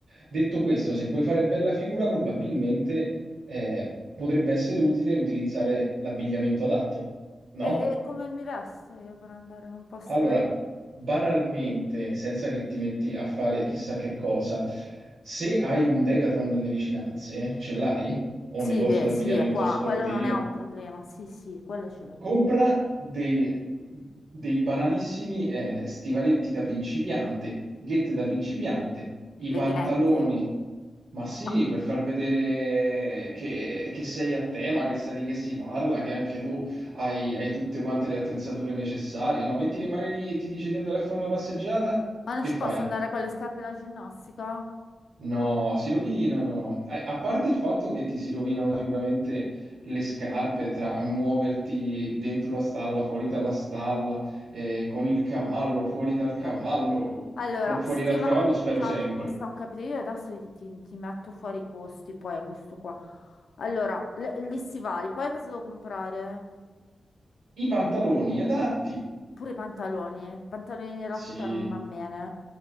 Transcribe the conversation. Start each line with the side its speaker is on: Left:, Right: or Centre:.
Right: Detto questo, se vuoi fare bella figura, probabilmente eh, potrebbe essere utile utilizzare l'abbigliamento adatto, no?
Left: E, e come mi vesto io per andare in un posto
Right: Allora,
Left: del...
Right: banalmente, senza che ti metti a fare chissà che cosa, se hai un Decathlon nelle vicinanze, ce l'hai? O
Left: Sì,
Right: un negozio
Left: beh,
Right: di
Left: sì,
Right: abbigliamento
Left: è qua,
Right: sportivo?
Left: quello non è un problema, sì, sì, quello ce l'ho.
Right: Compra dei, dei banalissimi eh, stivaletti da principiante, ghette da principiante, i
Left: Le
Right: pantaloni.
Left: ghette.
Right: Ma sì,
Left: No,
Right: per far vedere che, che sei a tema, che sai di che si parla, che anche tu hai, hai tutte quante le attrezzature necessarie, no? Metti che magari ti dice di andare a fare una passeggiata,
Left: ma non
Right: che
Left: ci
Right: fai?
Left: posso andare con le scarpe da ginnastica?
Right: No, si rovinano. A a parte il fatto che ti si rovinano sicuramente le scarpe tra muoverti dentro la stalla, fuori dalla stalla, eh, con il cavallo, fuori dal cavallo,
Left: Vabbè. Allora,
Right: fu- fuori
Left: stivali
Right: dal cavallo spero
Left: che già
Right: sempre.
Left: mi costa un capitolo, io adesso gli- ti, ti metto fuori i costi poi a questo qua. Allora, le- gli stivali, poi cosa devo comprare?
Right: I pantaloni adatti?
Left: Pure i pantaloni, i pantaloni e la
Right: Sì.
Left: tuta non vanno bene.